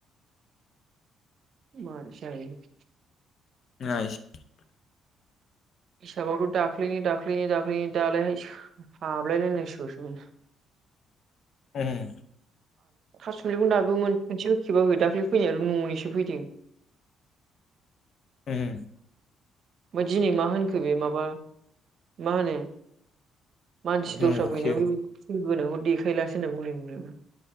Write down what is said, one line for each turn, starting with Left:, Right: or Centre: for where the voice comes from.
Right: मानसि आयि <unintelligible>
Left: नायश <unintelligible>
Right: हिसाबावथ' दाख्लैनि दाख्लैनि दाख्लैनि दालाय सो हाबलायलायनाय लानांसिगौसोमोन।
Left: ओं
Right: थासुमब्लिखौनो दाबो मोनसेबो खेबाखै दाख्लै फैनाय न'निसो फैदों।
Left: उम
Right: ओमफ्राय दिनै मा होनखो बे माबा मा होनो मानसि दस्रा
Left: न'खि
Right: फैनायाव बेबायदि <unintelligible> देखायलासो होनना बुंदों बुंदोंमोन।